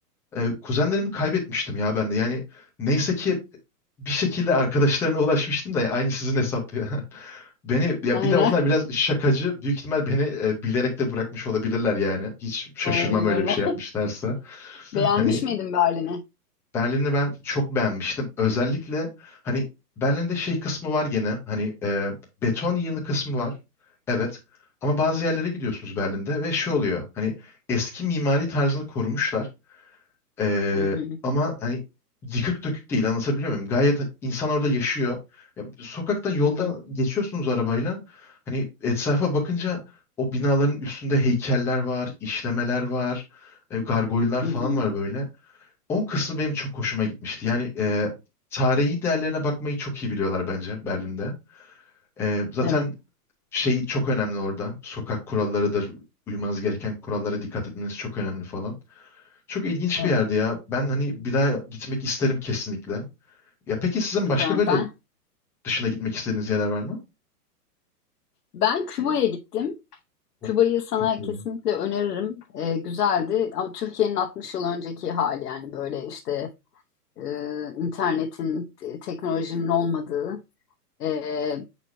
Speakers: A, in the centre; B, on the left.
A: E, kuzenlerimi kaybetmiştim ya ben de. Yani neyse ki bir şekilde arkadaşlarına ulaşmıştım da ya aynı sizin hesap ya. <laughs> Beni ya
B: Aynen.
A: bir de onlar biraz şakacı. Büyük ihtimal beni e, bilerek de bırakmış olabilirler yani. Hiç şaşırmam
B: <laughs> Olabilirler.
A: öyle bir şey yapmışlarsa.
B: Beğenmiş
A: Hani
B: miydin Berlin'i?
A: Berlin'i ben çok beğenmiştim. Özellikle hani Berlin'de şey kısmı var gene. Hani e, beton yığını kısmı var. Evet. Ama bazı yerlere gidiyorsunuz Berlin'de ve şey oluyor. Hani eski mimari tarzını korumuşlar. E,
B: Hı hı,
A: ama hani yıkık dökük değil. Anlatabiliyor muyum? Gayet insan orada yaşıyor. Ya, sokaktan yolda
B: hı hı,
A: geçiyorsunuz arabayla. Hani etrafa bakınca o binaların üstünde heykeller var, işlemeler var, e, gargoylar
B: hı
A: falan
B: hı.
A: var böyle. O kısmı benim çok hoşuma gitmişti. Yani e, tarihi değerlerine bakmayı çok iyi biliyorlar bence Berlin'de. E, zaten
B: Evet.
A: şey çok önemli orada. Sokak kurallarıdır. Uymanız gereken kurallara dikkat etmeniz çok önemli falan. Çok ilginç
B: evet.
A: bir yerdi ya. Ben hani bir daha gitmek isterim kesinlikle. Ya peki sizin
B: Süper.
A: başka böyle
B: Ben
A: dışına gitmek istediğiniz yerler var mı?
B: ben Küba'ya gittim.
A: Oo,
B: Küba'yı sana
A: çok iyi.
B: kesinlikle öneririm. Ee, güzeldi ama Türkiye'nin 60 yıl önceki hali yani böyle işte e, internetin, te- teknolojinin olmadığı e,